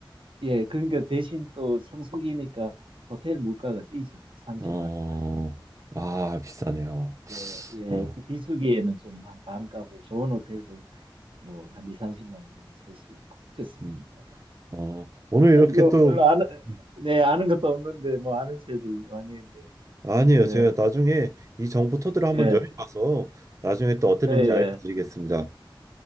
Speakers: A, on the right (about 85°); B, on the right (about 40°).
A: 예, 그러니까 대신 또 성수기니까 호텔 물가가 뛰죠. 30만
B: 어,
A: 원, 40만 원.
B: 아, 비싸네요.
A: 예, 예,
B: 아,
A: 그 비수기에는 좀 한 반값으로 좋은 호텔도 뭐 한 2, 30만 원은 쓸 수 있고 그랬습니다.
B: 음, 어, 오늘 이렇게
A: 이거
B: 또,
A: 별로 아는,
B: 음.
A: 네, 아는 것도 없는데, 뭐 아는 체를 많이 했네요.
B: 아니에요.
A: 예,
B: 제가 나중에 이 정보 토대로 한번
A: 네,
B: 여행 가서 나중에 또 어땠는지
A: 네,
B: 알려드리겠습니다.
A: 예,